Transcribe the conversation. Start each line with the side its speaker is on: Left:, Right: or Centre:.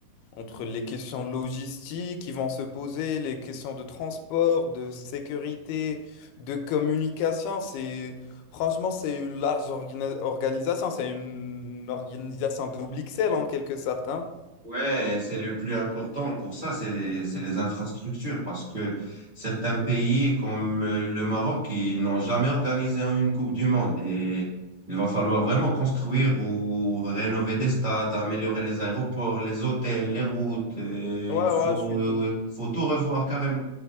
Left: entre les questions logistiques qui vont se poser, les questions de transport, de sécurité, de communication, c'est franchement, c'est une large organi- organisation. C'est une organisation double XL en quelque sorte, hein.
Right: Ouais, c'est le plus important pour ça, c'est c'est les infrastructures, parce que certains pays comme euh, le Maroc, ils n'ont jamais organisé une Coupe du Monde et il va falloir vraiment construire ou rénover des stades, améliorer les aéroports, les hôtels, les routes. euh,
Left: Ouais, ouais,
Right: il faut,
Left: je suis
Right: euh,
Left: tout,
Right: faut tout revoir carrément.